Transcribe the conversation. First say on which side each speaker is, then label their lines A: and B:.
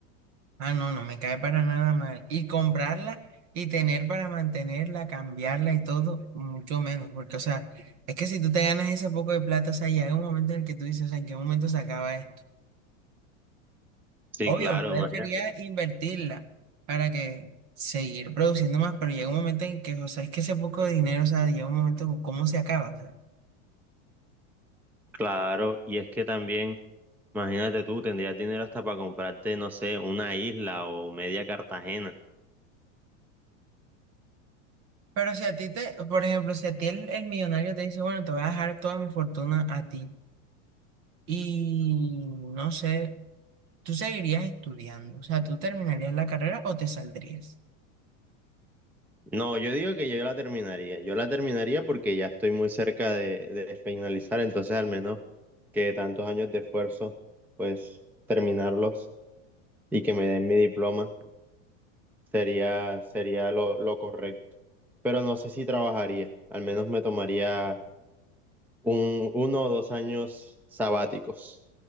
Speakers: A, on the right; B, in the centre.
A: Ah, no, no me cae para nada mal. Y comprarla y tener para mantenerla, cambiarla y todo, mucho menos, porque, o sea, es que si tú te ganas ese poco de plata, o sea, llega un momento en el que tú dices, o sea, ¿en qué momento se acaba esto?
B: Sí,
A: Obvio,
B: claro,
A: uno debería
B: imagínate.
A: invertirla para que seguir produciendo más, pero llega un momento en que, o sea, es que ese poco de dinero, o sea, llega un momento con cómo se acaba, o sea.
B: Claro, y es que también, imagínate tú, tendrías dinero hasta para comprarte, no sé, una isla o media Cartagena.
A: Pero si a ti te, por ejemplo, si a ti el, el millonario te dice, bueno, te voy a dejar toda mi fortuna a ti y no sé, tú seguirías estudiando, o sea, tú terminarías la carrera o te saldrías.
B: No, yo digo que yo la terminaría. Yo la terminaría porque ya estoy muy cerca de, de finalizar, entonces al menos que tantos años de esfuerzo, pues terminarlos y que me den mi diploma sería, sería lo, lo correcto. Pero no sé si trabajaría, al menos me tomaría un, uno o dos años sabáticos.